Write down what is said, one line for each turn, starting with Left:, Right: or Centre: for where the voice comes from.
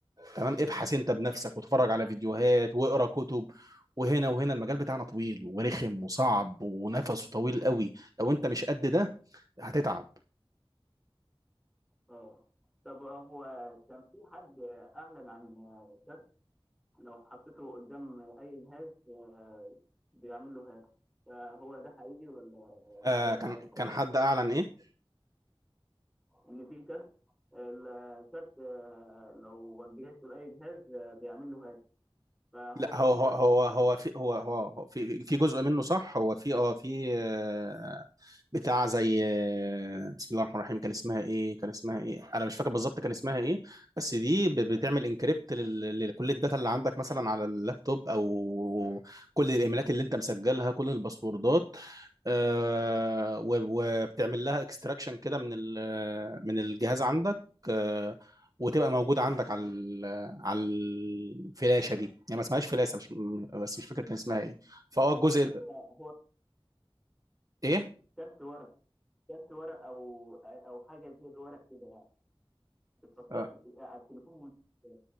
Right: تمام ابحث انت بنفسك وتفرج على فيديوهات واقرا كتب وهنا وهنا المجال بتاعنا طويل ورخم وصعب ونفسه طويل قوي لو انت مش قد ده هتتعب
Centre: اه طب هو كان في حد اعلن عن كارت لو حطيته قدام اي جهاز آه، بيعمل له هاك فهو ده حقيقي ولا
Right: آه
Centre: دي دعايه
Right: كان كان
Centre: خلاص
Right: حد اعلن ايه
Centre: ان في كارت الكارت آه، لو وجهته لاي جهاز آه، بيعمل له هاك فهو
Right: لا
Centre: ده
Right: هو
Centre: كلام
Right: هو
Centre: صح
Right: هو هو
Centre: ولا
Right: في هو هو هو في في جزء منه صح هو في اه في آه، بتاع زي آه، بسم الله الرحمن الرحيم كان اسمها ايه كان اسمها ايه انا مش فاكر بالظبط كان اسمها ايه بس دي ب- بتعمل انكريبت لكل الداتا اللي عندك مثلا على اللابتوب او كل الايميلات اللي انت مسجلها كل الباسوردات آه، و- وبتعمل لها اكستراكشن كده من ال- من الجهاز عندك آه، وتبقى موجوده عندك على ال- على الفلاشه دي يعني ما اسمهاش فلاشه مش بس مش فاكر كان اسمها ايه فاه
Centre: لا
Right: الجزء
Centre: ده هو
Right: ده-
Centre: هو
Right: ايه
Centre: كارت ورق جبت ورق او او حاجه زي الورق كده يعني بتحطها
Right: آه،
Centre: في الت- على التليفون مش